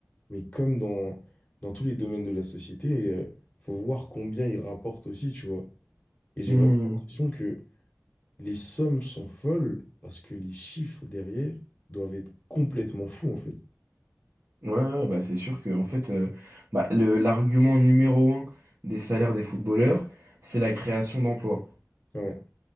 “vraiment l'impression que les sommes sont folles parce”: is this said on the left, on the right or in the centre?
Left